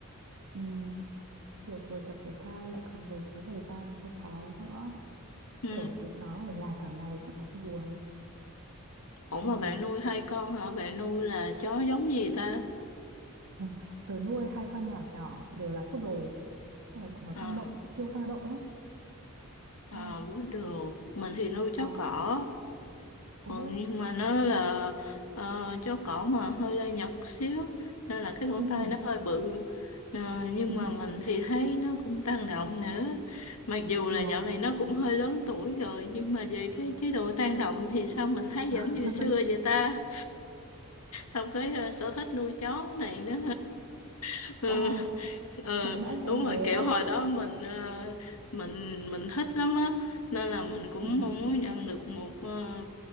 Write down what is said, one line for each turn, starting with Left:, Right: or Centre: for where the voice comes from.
Right: ừ kiểu vừa tập thể thao lại còn vừa có thời gian cho chó nữa
Left: ừ.
Right: kiểu tụi nó ở nhà cả ngày chắc cũng buồn
Left: Ủa
Right: ừ
Left: mà bạn nuôi hai con hả bạn nuôi là chó giống gì ta
Right: Ừ. Tớ nuôi hai con nhỏ nhỏ đều là poodle nên là bọn nó
Left: à,
Right: tăng động siêu tăng động lắm.
Left: à,
Right: Ờ,
Left: bú được mình thì nuôi chó
Right: ờ,
Left: cỏ
Right: ồ,
Left: Ừ, nhưng mà nó là uh, chó cỏ mà hơi lai Nhật xíu nên là cái lỗ
Right: ừ,
Left: tai nó hơi bự Ờ, nhưng
Right: <laughs>
Left: mà mình thì thấy nó cũng tăng động nữa mặc dù
Right: ờ,
Left: là dạo này nó cũng hơi lớn tuổi rồi nhưng mà về cái chế độ tăng động thì sao mình thấy
Right: <laughs>
Left: vẫn như xưa vậy ta xong cái ờ, sở thích nuôi chó này nữa <laughs>
Right: ờ,
Left: ừ,
Right: mãi mãi là em
Left: đúng
Right: bé
Left: rồi kiểu
Right: đó.
Left: hồi đó mình ờ, mình mình thích lắm á nên là mình cũng
Right: Ừ.
Left: mong muốn nhận được một ờ,